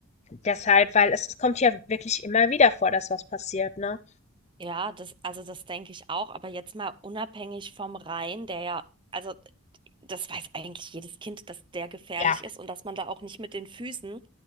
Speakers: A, on the left; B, on the right.
A: deshalb, weil es, es kommt ja wirklich immer wieder vor, dass was passiert, ne?
B: Ja, das, also das denke ich auch, aber jetzt mal unabhängig vom Rhein, der ja, also das weiß eigentlich jedes Kind, dass der gefährlich
A: Ja.
B: ist und dass man da auch nicht mit den Füßen